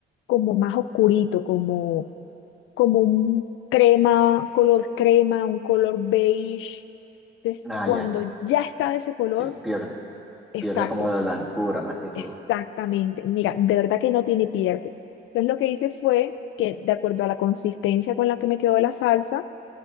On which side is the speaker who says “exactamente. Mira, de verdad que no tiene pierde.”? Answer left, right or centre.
Left